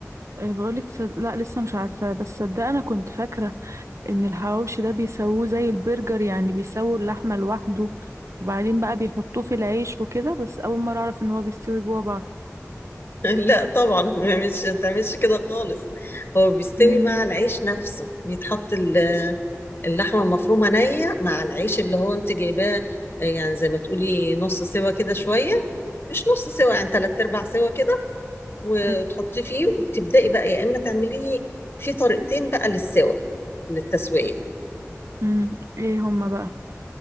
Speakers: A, on the right; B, on the left.
A: إيه بقولك تصد... لا لسه مش عارفة بس صدق انا كنت فاكرة ان الحواوشي ده بيسووه زي البرجر يعني بيسووا اللحمة لوحده وبعدين بقى بيحطوه في العيش وكده بس اول مرة اعرف ان هو بيستوي جوه بعض
B: <laughs> لا طبعا ما تعملش ما تعملش كده خالص هو بيستوي
A: مم.
B: مع العيش نفسه بيتحط ال اللحمة المفرومة نية مع العيش اللي هو انت جايباه آه، يعني زي ما تقولي نص سوا كده شوية مش نص سوا يعني تلات ارباع سوا كده وتحطيه
A: طيب
B: فيه وتبدأي بقى يا اما تعمليه في طريقتين بقى للسوا للتسوية
A: مم. ايه هما بقى